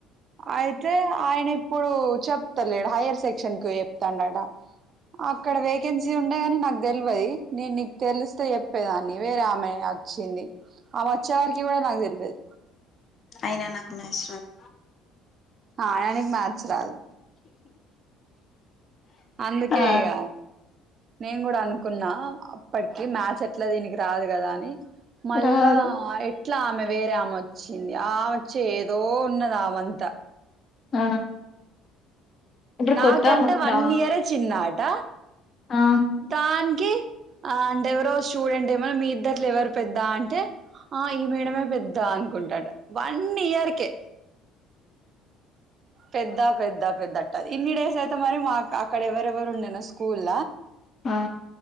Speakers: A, on the right; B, on the left.
A: అయితే ఆయన ఇప్పుడు చెప్తలేడు హైయర్ సెక్షన్ కి చెప్తాన్నట అక్కడ వేకెన్సీ ఉండేగాని నాకు తెల్వదీ నేను నీకు తెలిస్తే చెప్పేదాన్ని వేరే ఆమె వచ్చింది ఆ వచ్చే వారికి కూడా నాకు తెల్వదీ
B: అయినా నాకు మ్యాథ్స్ రాదు
A: ఆయన నిక్ మ్యాథచ్ రాదు అందుకే
B: ఆ
A: ఇగ నేను కూడా అనుకున్నా అప్పటికి మ్యాచ్ ఎట్లా దీనికి రాదు కదా అని మళ్ళా
B: రాదు
A: ఎ ఇట్లా ఆమె వేరే ఆమె వచ్చింది ఆమె వచ్చే ఏదో ఉన్నది ఆ వంత
B: ఆ ఇప్పుడు
A: నాకంటే
B: కొత్త ఉందా
A: వన్ ఇయర్ చిన్నాట
B: ఆ
A: దానికి ఆ అంట ఎవరో చూడంట్ ఏమన్నా మీ ఇద్దట్లు ఎవరు పెద్దా అంటే ఆ ఈ మేడమే పెద్ద అనుకుంటాడు వన్ ఇయర్కే పెద్ద పెద్ద పెద్ద అట్ట ఇన్ని డేస్ అయితే మరి మా అక్కడ ఎవరెవరు ఉండేనా స్కూల్
B: ఆ